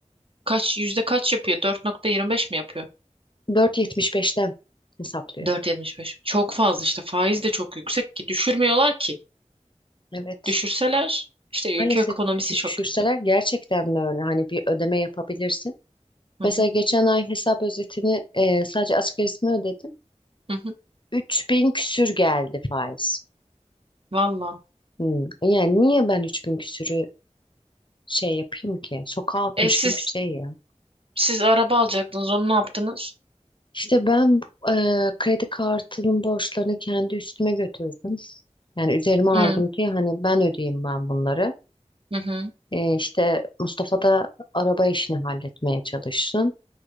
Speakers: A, on the right; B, on the left.
A: kaç yüzde kaç yapıyor? Dört nokta yirmi beş mi yapıyor?
B: 4.75'ten hesaplıyor.
A: Dört nokta yetmiş beş. Çok fazla işte. Faiz de çok yüksek ki düşürmüyorlar ki.
B: Evet.
A: Düşürseler işte
B: Maalesef
A: ülke ekonomisi
B: düşürseler
A: çok kötü.
B: gerçekten de öyle? Hani bir ödeme yapabilirsin.
A: Hı
B: Mesela
A: hı,
B: geçen ay hesap özetini e, sadece asgarisini ödedim.
A: hı hı.
B: üç bin küsür geldi faiz.
A: Valla.
B: Hmm. Yani niye ben 3000 küsürü şey yapayım ki? Sokağa atmış
A: E siz
B: gibi bir şey ya.
A: siz araba alacaktınız. Onu ne yaptınız?
B: İşte ben e, kredi kartının borçlarını kendi üstüme götürdüm. Yani üzerime aldım
A: Hı
B: ki hani ben ödeyeyim ben bunları.
A: hı hı.
B: E, işte Mustafa da araba işini halletmeye çalışsın.